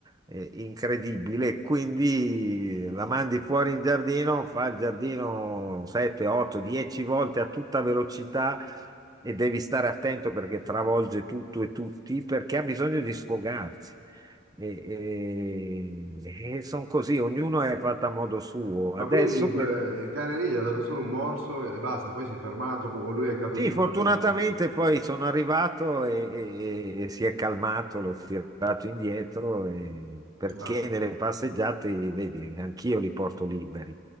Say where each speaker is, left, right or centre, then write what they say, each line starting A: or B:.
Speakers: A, on the right; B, on the right.
A: eh, incredibile. Quindi la mandi fuori in giardino, fa il giardino 7, 8, 10 volte a tutta velocità e devi stare attento perché travolge tutto e tutti, perché ha bisogno di sfogarsi. E, e- e sono così, ognuno è fatto a modo suo.
B: Ma
A: Adesso
B: quelli, que-
A: que-
B: il cane lì gli ha dato solo un morso e basta, poi si è fermato co- o lui è caduto
A: Sì, fortunatamente
B: dalla bici.
A: poi sono arrivato e, e- e si è calmato, l'ho tirato indietro e- perché
B: Ah, ok.
A: nelle passeggiate, vedi, anch'io li porto liberi.